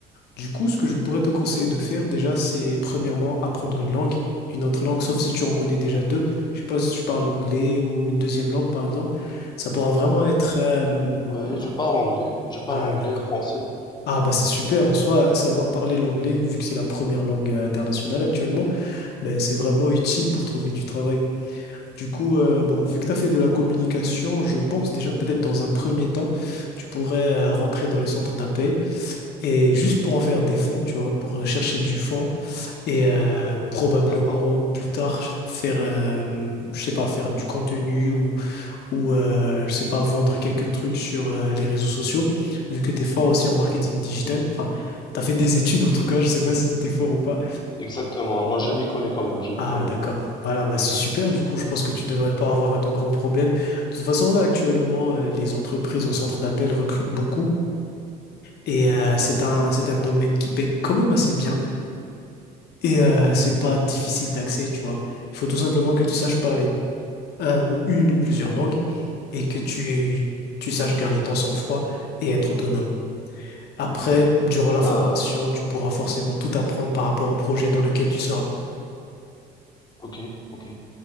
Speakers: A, on the left (about 75°); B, on the left (about 25°).
A: Du coup, ce que je pourrais te conseiller
B: ok.
A: de faire déjà, c'est premièrement apprendre une langue, une autre langue, sauf si tu en connais déjà deux. Je sais pas si tu parles anglais ou une deuxième langue, par exemple. Ça pourra vraiment être... euh,
B: Oui, je parle anglais, je parle
A: Ah,
B: anglais
A: d'accord.
B: et français,
A: Ah, bah c'est super. En soi, savoir parler l'anglais, vu que c'est la première langue euh, internationale actuellement, ben c'est vraiment utile pour trouver du travail. Du coup, euh, bon, vu que tu as fait de la communication, je pense déjà peut-être dans un premier temps, tu pourrais euh, rentrer dans les centres d'appel et juste pour en faire des fonds, tu vois, pour euh, chercher du fonds et euh, probablement
B: d'accord?
A: plus tard faire euh, je sais pas faire du contenu ou ou euh, je sais pas vendre quelques trucs sur euh, les réseaux sociaux vu que tu es fort aussi en marketing digital enfin tu as fait des études en tout cas je sais
B: Oui,
A: pas si tu es fort ou pas
B: exactement. Non,
A: Oh.
B: je m'y connais quand même, je m'y
A: ah
B: connais,
A: d'accord voilà bah c'est super du coup je pense que tu devrais pas avoir de grands problèmes de toute façon là actuellement euh, les entreprises en centre d'appel recrutent beaucoup et euh, c'est un c'est
B: d'accord?
A: un domaine qui paye quand même assez bien Et euh, c'est pas difficile d'accès, tu vois. Il faut tout simplement que tu saches parler un ou une ou plusieurs langues et que tu, tu saches garder ton sang-froid et être autonome. Après, durant la
B: Bah,
A: formation, tu pourras forcément tout apprendre par rapport au projet dans lequel tu seras.
B: ok, ok.